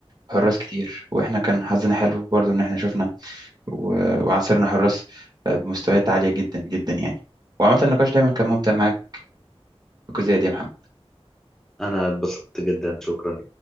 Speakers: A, on the right; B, in the centre.
A: حراس كتير واحنا كان حظنا حلو برضو ان احنا شفنا و- وعاصرنا حراس آه، بمستويات عالية جدا جدا يعني وعامة النقاش دايما كان ممتع معاك بالجزئية دي يا محمد
B: انا اتبسطت جدا شكرا